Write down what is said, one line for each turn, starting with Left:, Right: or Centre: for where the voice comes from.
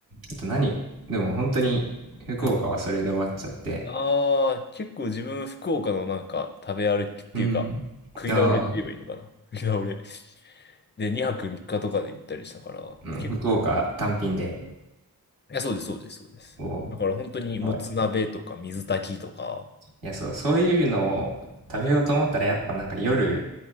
Right: あと何でも本当に福岡はそれで終わっちゃって。
Left: はい。ああ、結構自分、福岡のなんか、食べ歩きっていうか、
Right: うん。
Left: 食い倒れって言えばいいのかな。
Right: あー
Left: <laughs> 食い倒れ。で、2泊3日とかで行ったりしたから、
Right: うん、
Left: 結構、
Right: 福岡単品で。
Left: いや、そうです、そうです、そうです。
Right: おー
Left: だから本当に、
Right: すごい。
Left: もつ鍋とか、水炊きとか、
Right: いや、そう、そういうのを食べようと思ったらやっぱなんか夜